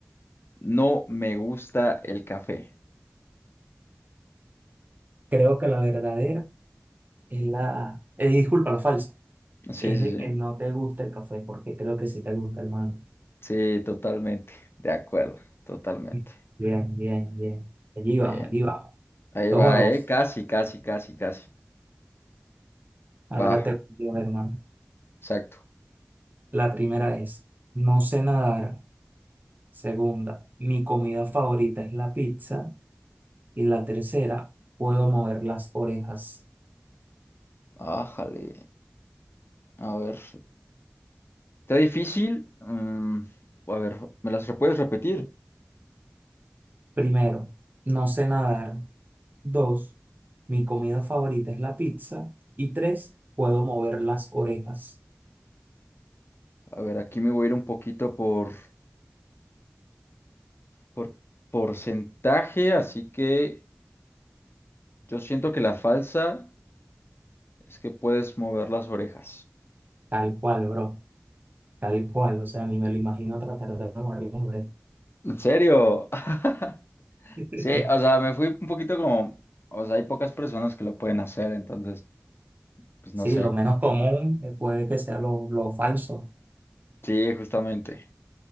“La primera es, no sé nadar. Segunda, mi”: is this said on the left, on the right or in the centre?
Right